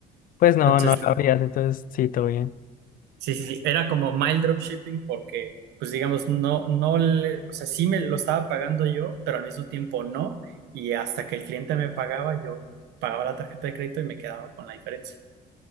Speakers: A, on the left; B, on the right.
A: Pues no,
B: Entonces,
A: no lo habrías, entonces sí, todo bien.
B: Sí, sí, sí, era como mild dropshipping porque, pues digamos, no, no le, o sea, sí me lo estaba pagando yo, pero al mismo tiempo no, y hasta que el cliente me pagaba, yo pagaba la tarjeta de crédito y me quedaba con la diferencia.